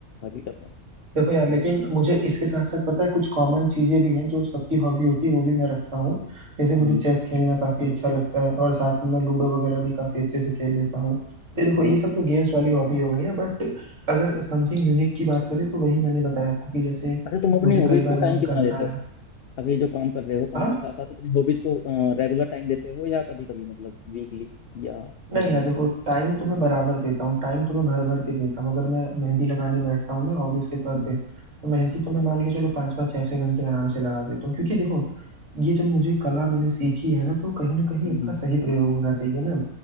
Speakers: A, on the left; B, on the right.
A: हकीकत में
B: देखो यार लेकिन मुझे इसके साथ साथ पता है कुछ कॉमन चीजें भी हैं जो सबकी हॉबी होती है वो भी मैं रखता हूँ जैसे मुझे
A: हम्म
B: चेस खेलना काफी अच्छा लगता है और साथ में मैं लूडो वगैरह भी काफी अच्छे से खेल लेता हूँ तो ये
A: बढ़िया
B: देखो ये सब तो गेम्स वाली हॉबी हो गई ना बट अगर समथिंग यूनिक की बात करें तो वही मैंने बताया आपको कि जैसे
A: अच्छा तुम अपनी
B: मुझे
A: हॉबीज
B: कई बार
A: को टाइम
B: मन
A: कितना
B: करता
A: देते हो
B: है
A: अब ये जो काम कर रहे हो काम
B: हाँ
A: के साथ साथ अपनी हॉबीज को रेगुलर टाइम देते हो या कभी कभी मतलब वीकली या
B: नहीं
A: मंथली
B: यार देखो टाइम तो मैं बराबर देता हूँ टाइम तो मैं भर भर के देता हूँ अगर मैं मेहंदी लगाने बैठता हूँ ना हॉबीज के तौर
A: हम्म
B: पे तो मेहंदी तो मैं मान के चलो पाँच पाँच छः छः घंटे आराम से लगा देता हूँ क्योंकि देखो ये जब मुझे कला मैंने सीखी है ना तो कहीं ना कहीं
A: हम्म,
B: इसका सही प्रयोग होना चाहिए ना